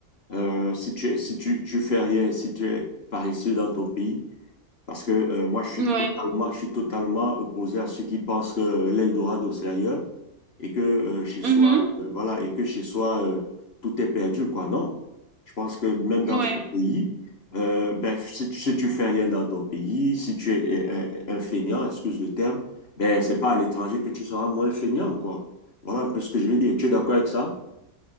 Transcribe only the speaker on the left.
euh, si tu, si tu, tu fais rien, si tu es paresseux dans ton pays, parce que euh, moi, je suis
totalement, je suis totalement opposé à ceux qui pensent que l'Eldorado, c'est ailleurs et que euh, chez soi,
euh, voilà, et que chez soi, euh, tout est perdu, quoi. Non. Je pense que même dans
son pays, euh, ben, si, tu- si tu fais rien dans ton pays, si tu es euh, un, feignant, excuse le terme, ben, c'est pas à l'étranger que tu seras moins feignant, quoi. Voilà un peu ce que je veux dire. Tu es d'accord avec ça?